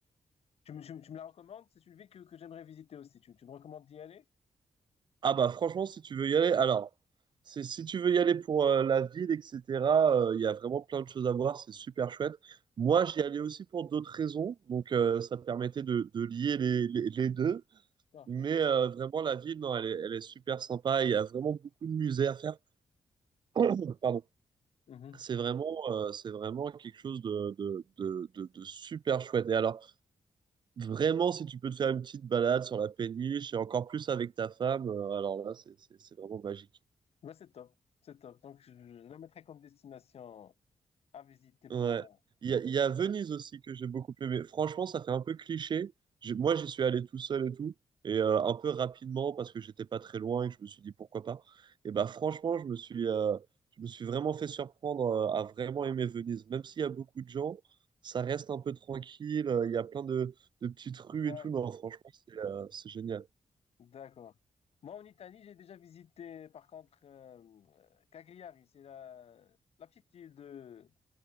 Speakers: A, on the left; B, on the right.
A: Tu me, tu me- tu me la recommandes? C'est une ville que, que j'aimerais visiter aussi. Tu, tu me recommandes d'y aller?
B: Ah bah franchement, si tu veux y aller, alors, c'est, si tu veux y aller pour euh, la ville, etc., euh, il y a vraiment plein de choses à voir, c'est super chouette. Moi, j'y allais aussi pour d'autres raisons, donc euh, ça permettait de, de lier les, les les deux.
A: Parfait.
B: Mais euh, vraiment, la ville, non, elle est, elle est super sympa. Il y a vraiment beaucoup de musées à faire. <coughs> <clears throat> Pardon.
A: Mhm.
B: C'est vraiment, euh, c'est vraiment quelque chose de, de, de, de, de super chouette. Et alors, vraiment, si tu peux te faire une petite balade sur la péniche, et encore plus avec ta femme, euh, alors là, c'est c'est- c'est vraiment magique.
A: Ouais, c'est top. C'est top. Donc, je, je la mettrai comme destination à visiter pour,
B: Ouais.
A: euh,
B: Il y
A: pour
B: a,
A: cet
B: il y
A: endroit.
B: a Venise aussi que j'ai beaucoup aimé. Franchement, ça fait un peu cliché. J'ai- Moi, j'y suis allé tout seul et tout, et euh, un peu rapidement parce que j'étais pas très loin et que je me suis dit pourquoi pas. Et bah franchement,
A: Mhm.
B: je me suis, euh, je me suis vraiment fait surprendre euh, à vraiment aimer Venise. Même s'il y a beaucoup de gens, ça reste un peu tranquille. euh, Il y a plein de, de petites rues
A: D'accord.
B: et tout. Non, franchement, c'est euh, c'est génial.
A: D'accord. Moi, en Italie, j'ai déjà visité, par contre, euh, euh, Cagliari. C'est la, la petite île de